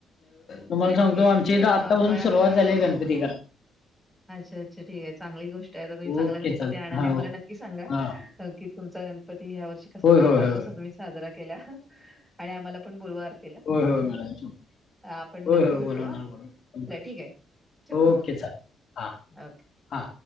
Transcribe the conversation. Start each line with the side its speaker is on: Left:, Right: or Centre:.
Left: तुम्हाला
Centre: चला
Left: सांगतो
Centre: ठीक आहे
Left: आमच्या
Centre: ठीक आहे
Left: च इथ
Centre: मग
Left: आत्तापासून
Centre: आपण
Left: सुरुवात
Centre: आता
Left: झालीय गणपती करायला
Centre: अच्छा अच्छा ठीक आहे चांगली गोष्ट आहे. तुम्ही चांगला
Left: ओके
Centre: गणपती
Left: चाल
Centre: आणा आणि
Left: हा
Centre: आम्हाला
Left: हो
Centre: नक्की सांगा.
Left: हा
Centre: की तुमचा गणपती ह्यावर्षी कसा
Left: होय
Centre: झाला
Left: होय होय
Centre: कसा तुम्ही साजरा केला आणि आम्हाला पण बोलवाल
Left: होय होय मॅडम
Centre: आपण
Left: होय
Centre: नक्की
Left: होय
Centre: भेटू
Left: बोलवणार
Centre: ह
Left: बोलवणार
Centre: चला ठीक आहे ठेवू का
Left: ओके
Centre: मग
Left: चालेल हा
Centre: ओके.
Left: हा